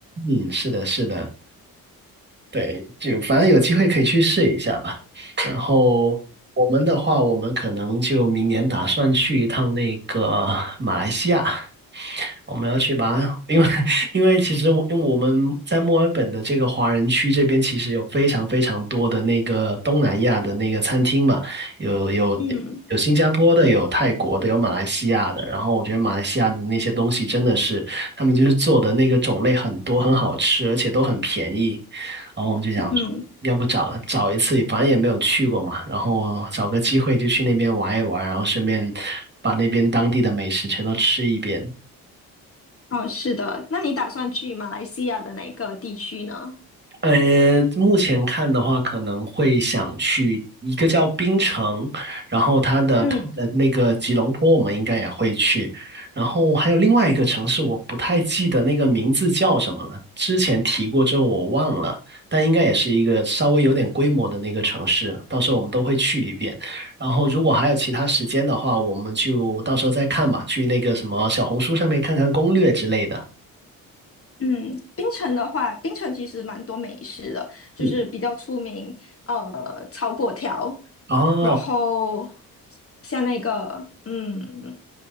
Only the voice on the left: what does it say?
<laughs> 嗯嗯。
嗯
哦，是的，那你打算去马来西亚的哪个地区呢？
嗯
嗯，槟城的话，槟城其实蛮多美食的，就是比较出名，
呃，炒粿条，
然后像那个，嗯，